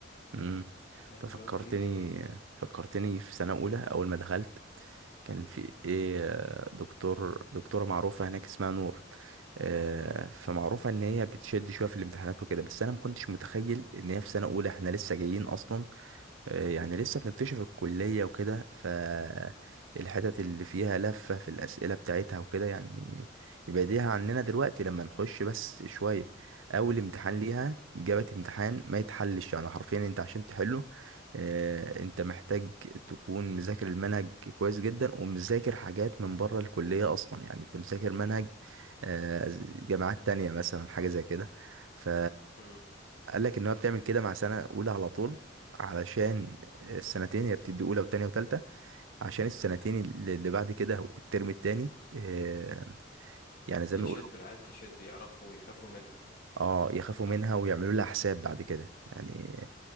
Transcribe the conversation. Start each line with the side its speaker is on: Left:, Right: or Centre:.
Right: مم،
Left: فاهم
Right: انت فكرتني
Left: اللي هو انت ليه بتعملي كده
Right: فكرتني في سنة اولى اول ما دخلت كان
Left: مم،
Right: في ايه آه، دكتور دكتورة معروفة هناك اسمها نور آه
Left: مم،
Right: فمعروفة ان هي بتشد شوية في الامتحانات وكده بس انا ما كنتش متخيل ان هي في سنة اولى احنا لسه جايين اصلا آه، يعني لسه بنكتشف الكلية وكده فالحتت اللي فيها لفة في الأسئلة بتاعتها وكده يعني يبعديها عننا دلوقتي لما نخش بس شوية أول امتحان
Left: مم،
Right: ليها جابت امتحان ما يتحلش يعني حرفيا أنت عشان تحله آه، أنت محتاج تكون مذاكر المنهج كويس جدا ومذاكر حاجات من بره الكلية أصلا يعني أنت مذاكر منهج آه، جامعات تانية مثلا حاجة زي كده ف
Left: مم.
Right: قال لك ان هو بتعمل كده مع سنه اولى على طول علشان السنتين هي بتدي اولى وتانية وتالتة عشان السنتين اللي اللي بعد كده والترم التاني آه، يعني زي
Left: يشد
Right: ما يقولوا
Left: العيال تشد يعرفوا يخافوا منها
Right: اه يخافوا منها
Left: صح
Right: ويعملوا لها حساب بعد كده يعني